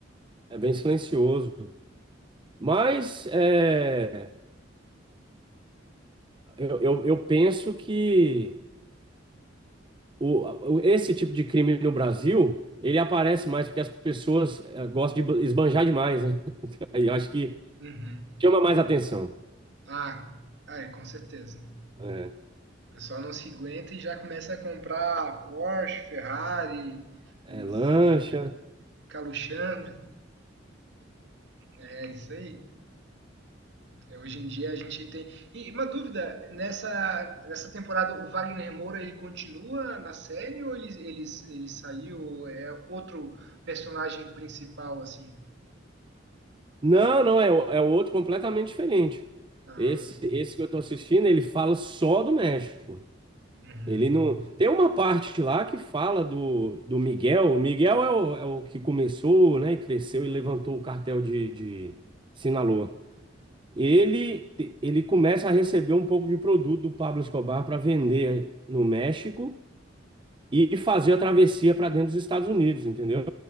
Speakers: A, on the right; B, on the right.
A: É bem silencioso. Mas é, eu, eu, eu penso que o, o- esse tipo de crime no Brasil, ele aparece mais porque as pessoas é, gostam de esbanjar demais, né? <laughs> Aí eu acho que
B: Uhum.
A: chama mais atenção.
B: Ah, ah, é, com certeza.
A: É,
B: O pessoal não se aguenta e já começa a comprar Porsche, Ferrari,
A: é
B: Lamborghini,
A: lancha.
B: ficar luxando. É isso aí. É, hoje em dia a gente tem. E uma dúvida, nessa, nessa temporada o Wagner Moura ele continua na série ou ele, ele, ele saiu? É outro personagem principal, assim?
A: Não, não, é, o- é outro completamente diferente.
B: Ah,
A: Esse, esse que eu tô assistindo, ele fala só do México.
B: uhum,
A: Ele não. Tem uma parte lá que fala do, do Miguel. O Miguel é o, é o que começou, né, e cresceu e levantou o cartel de, de Sinaloa. Ele, ele começa a receber um pouco de produto do Pablo Escobar para vender no México e fazer a travessia para dentro dos Estados Unidos, entendeu?